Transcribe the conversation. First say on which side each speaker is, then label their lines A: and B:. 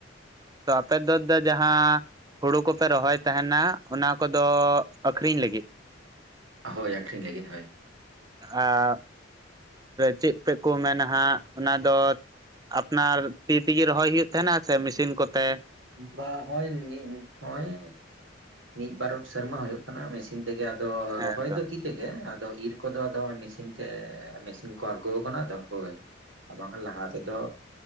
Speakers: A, on the right (about 20°); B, on the right (about 85°).
A: ᱛᱚ ᱟᱯᱮ ᱫᱚ ᱫᱚ ᱡᱟᱦᱟᱸ ᱦᱩᱲᱩ ᱠᱚᱯᱮ ᱨᱚᱦᱚᱭ ᱛᱟᱦᱮᱱᱟ ᱚᱱᱟ ᱠᱚᱫᱚ ᱟᱹᱠᱠᱷᱨᱤᱧ ᱞᱟᱹᱜᱤᱫ ᱾
B: ᱦᱚᱭ ᱟᱹᱠᱷᱨᱤᱧ ᱞᱟᱹᱜᱤᱫ ᱦᱚᱭ ᱾
A: ᱟᱻ ᱪᱮᱫ ᱛᱮᱠᱚ ᱢᱮᱱᱟ ᱦᱟᱸᱜ ᱚᱱᱟ ᱫᱚ ᱟᱯᱱᱟᱨ ᱛᱤ ᱛᱮᱜᱮ ᱨᱚᱦᱚᱭ ᱦᱩᱭᱩᱜ ᱛᱟᱦᱮᱱᱟ ᱥᱮ ᱢᱮᱥᱤᱱ ᱠᱚᱛᱮ?
B: ᱵᱟ ᱦᱚ ᱱᱤ ᱦᱚᱭ ᱢᱤᱫ ᱵᱟᱨ ᱥᱮᱨᱢᱟᱳᱭᱳᱜ ᱠᱟᱱᱟ ᱢᱮᱥᱤᱱ ᱛᱮᱜᱮ, ᱟᱫᱚ
A: ᱦᱮᱸ
B: ᱨᱚᱦᱚᱭ
A: ᱛᱚ
B: ᱫᱚ ᱛᱤ ᱛᱮᱜᱮ ᱟᱫᱚ ᱤᱨ ᱠᱚᱫᱚ ᱟᱫᱚᱜ ᱢᱮᱥᱤᱱ ᱛᱮ, ᱢᱮᱥᱤᱱ ᱠᱚ ᱟᱬᱜᱚ ᱟᱠᱟᱱᱟ ᱛᱚ ᱦᱳᱭ ᱵᱟᱝᱠᱷᱟᱱ ᱞᱟᱦᱟᱛᱮ ᱛᱚ